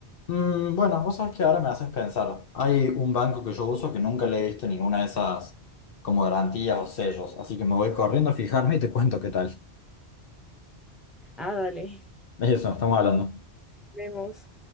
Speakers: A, on the left (about 65°); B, in the centre.
A: Mm, bueno, vos sabés que ahora me haces pensar. Hay un banco que yo uso que nunca le he visto ninguna de esas como garantías o sellos, así que me voy corriendo a fijarme y te cuento qué tal.
B: ah, dale,
A: De eso estamos hablando.
B: vemos.